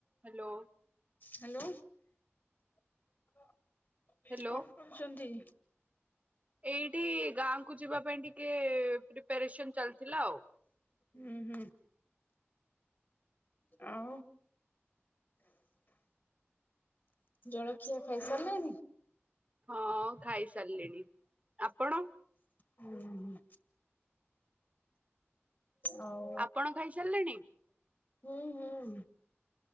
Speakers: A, on the right; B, on the left.
A: Hello
B: hello <inaudible>
A: hello
B: କଣ କରୁଛନ୍ତି?
A: ଏଇଠି ଗାଁ କୁ ଯିବା ପାଇଁ ଟିକେ ପ୍ରିପାରେସନ ଚାଲିଥିଲା ଆଉ।
B: ହୁଁ ହୁଁ ଆଉ। ଜଳଖିଆ ଖାଇସାରିଲେଣିି
A: ହଁ ଖାଇସାରିଲିଣି ଆପଣ
B: ହୁଁ ହୁଁ ଆଉ
A: ଆପଣ ଖାଇସାରିଲେଣି?
B: ହୁଁ ହୁଁ